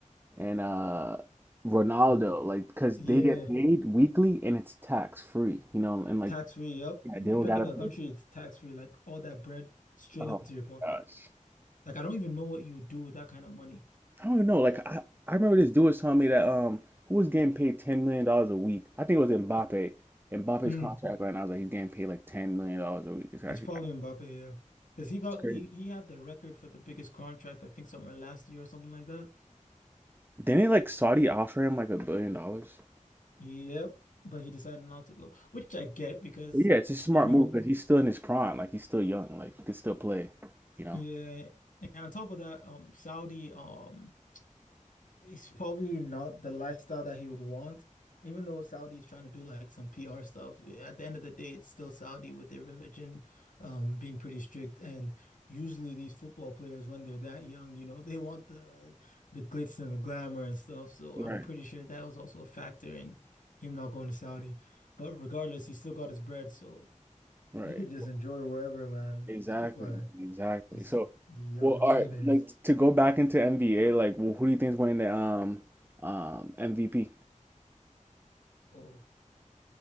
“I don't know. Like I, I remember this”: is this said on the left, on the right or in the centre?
Right